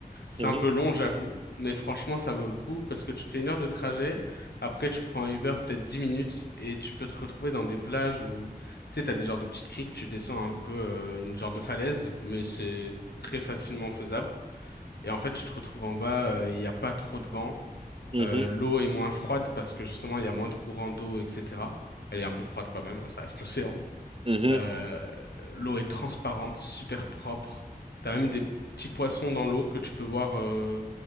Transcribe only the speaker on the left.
C'est
un peu long, j'avoue, mais franchement, ça vaut le coup parce que tu te fais une heure de trajet. Après, tu prends un Uber peut-être 10 minutes et tu peux te retrouver dans des plages où, tu sais, t'as des genres de petites criques, tu descends un peu euh, une genre de falaise, mais c'est très facilement faisable. Et en fait, tu te retrouves en bas, euh, il n'y a pas trop de vent.
Euh, l'eau est moins froide parce que justement, il y a moins de courant d'eau, etc. Elle est un peu froide quand même, hein, ça reste l'océan.
Euh, l'eau est transparente, super propre. T'as même des petits poissons dans l'eau que tu peux voir euh,